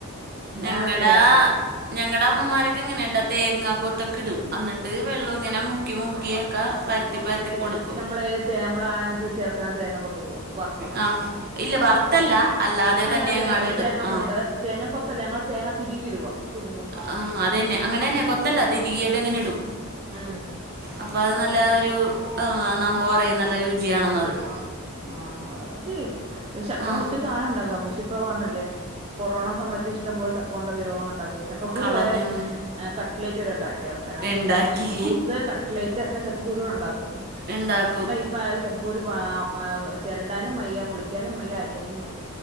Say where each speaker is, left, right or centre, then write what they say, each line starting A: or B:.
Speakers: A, on the right; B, on the right.
A: ഞങ്ങടാ
B: ഞാനത് ശരിയാവത്തില്ല
A: ഞങ്ങളുടെ അമ്മമാരൊക്കെ ഇങ്ങനെയാട്ടാ തേങ്ങ കൊത്തൊക്കെ ഇടും അന്നിട്ട് വെള്ളം ഇങ്ങനെ മുക്കി മുക്കിയൊക്കെ പരത്തി പരത്തി
B: തേ
A: കൊടുക്കും
B: നമ്മള നമ്മള് അതിനകത്ത് ചേർക്കണയിനിത് തേങ്ങ കൊത്തിടുവോ വറുത്തോ
A: ആ ഇല്ല വറുത്തല്ല
B: അല്ലാതെ
A: തന്നെ അങ്ങാട്
B: തങ്ങ
A: ഇടും
B: തേങ്ങ
A: ആ
B: മുറി തേങ്ങ കൊ ല്ല ഞങ്ങൾ തേങ്ങ തിരികി ഇടുവാ തിരുമി
A: ആ അതന്നെ അങ്ങനെ തന്നെ കൊത്തല്ല തിരികിയിട്ട് അങ്ങനെ ഇടും
B: ആഹ്
A: അപ്പ അത് നല്ല ഒരു നമ്മ പറയും നല്ല രുചിയാണെന്ന് പറയും
B: ആഹ് <unintelligible> ചക്ക
A: ആ
B: കൊണ്ട് ഒത്തിരി സാധനം ഉണ്ടാക്കാം പക്ഷെ ഇപ്പ പറഞ്ഞില്ലേ കൊറോണ സമത്ത് ഇഷ്ടം ഇഷ്ടംപോലെ ചക്ക കൊണ്ട് വിഭവങ്ങൾ ഉണ്ടാക്കി ചക്കക്കുരു
A: കളഞ്ഞു
B: വരെ കട്ട്ലേറ്റ് വരെ ഉണ്ടാക്കിയ ആൾക്കാരുണ്ട്
A: ഉണ്ടാക്കി
B: ജ്യൂസ്, കട്ട്ലേറ്റ് ഒക്കെ ചക്കകുരു കൊണ്ട് ഉണ്ടാക്കും
A: ഇണ്ടാക്കും
B: ഇപ്പാരും ചക്കക്കൂരു പാ ആ ചെരണ്ടാനും വയ്യ പൊളിക്കാനും വയ്യ അരിയാനും വയ്യ